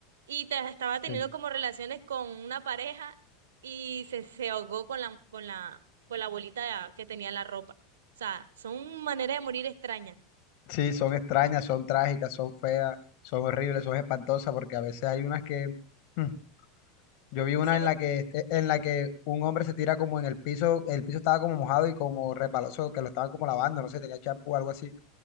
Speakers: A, on the right; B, on the left.
A: Y te- estaba teniendo
B: Sí.
A: como relaciones con una pareja y se, se ahogó con la, con la, con la bolita que tenía la ropa. O sea, son maneras de morir extrañas.
B: Sí, son extrañas, son trágicas, son feas, son horribles, son espantosas, porque a veces hay unas que <laughs> Yo vi una
A: Sí,
B: en
A: por-
B: la que, eh, en la que un hombre se tira como en el piso, el piso estaba como mojado y como resbaloso, que lo estaban como lavando, no sé, tenía champú o algo así.